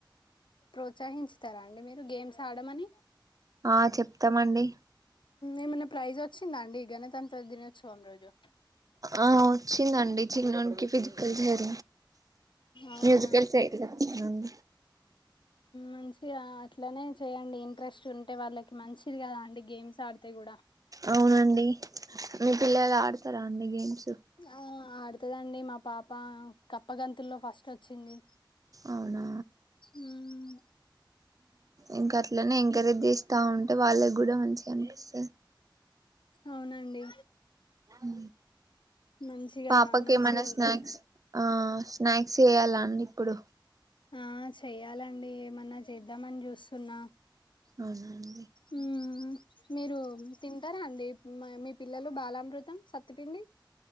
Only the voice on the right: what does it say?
ఆ చెప్తామండి
ఆ వచ్చిందండి చిన్నకి ఫిజికల్ జర
మ్యూజికల్ చై నన్
అవునండి మీ పిల్లలు ఆడతారా అండి గేమ్స్.
అవునా
ఇంకా అట్లనే ఎంకరేజ్ చేస్తా ఉంటే వాళ్ళకి కూడా మంచిగా అనిపిస్తది.
ఉం
పాపక
ఏమన్నా
స్నాక్స్ ఆ స్నాక్స్ చేయాలండి ఇప్పుడు
అవున